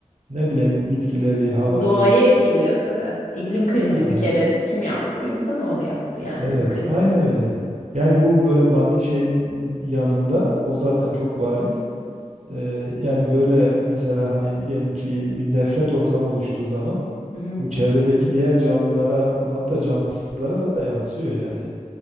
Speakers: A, on the right; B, on the left.
A: Ne bileyim bitkileri, havayı.
B: Doğayı
A: su-
B: etkiliyor tabii. İklim krizi
A: Aynen.
B: bir kere kim yaptı? İnsanoğlu yaptı yani
A: Evet,
B: bu krizi.
A: aynen öyle. Yani bu böyle maddi şeyin yanında o zaten çok bariz. Ee, yani böyle mesela hani diyelim ki bir nefret ortamı oluştuğu zaman
B: Hı hı.
A: bu çevredeki diğer canlılara hatta cansızlara da yansıyor yani.